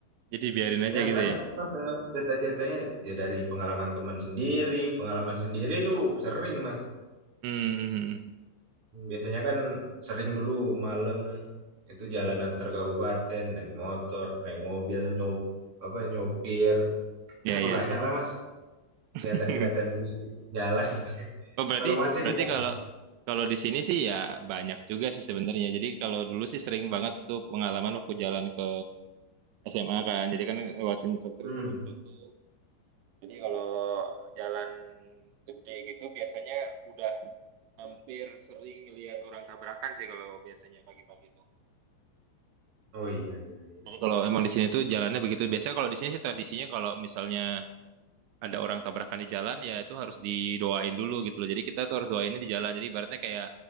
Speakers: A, on the right; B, on the right.
A: Jadi biarin aja
B: Ya
A: gitu
B: banyak
A: ya.
B: sih mas eh, cerita-ceritanya ya dari pengalaman teman sendiri, pengalaman sendiri itu sering mas.
A: Hmm,
B: Biasanya kan sering dulu malam itu jalan antar kabupaten, naik motor, naik mobil, nyop apa nyopir.
A: ya
B: Ah,
A: ya.
B: banyak lah Mas,
A: <laughs>
B: kelihatan-kelihatan di jalan. <laughs>
A: Oh berarti
B: Kalau Masnya
A: berarti
B: gimana?
A: kalau kalau di sini sih ya banyak juga sih sebenarnya. Jadi kalau dulu sih sering banget tuh pengalaman waktu jalan ke SMA kan. Jadi kan lewatin struktur
B: Hmm.
A: beruntun tuh. Jadi kalau jalan gede gitu biasanya udah hampir sering lihat orang tabrakan sih kalau biasanya pagi-pagi
B: Oh iya iya iya.
A: Jadi kalau emang di sini tuh jalannya begitu. Biasanya kalau di sini sih tradisinya kalau misalnya ada orang tabrakan di jalan ya itu harus didoain dulu gitu loh. Jadi kita tuh harus doainnya di jalan. Jadi ibaratnya kayak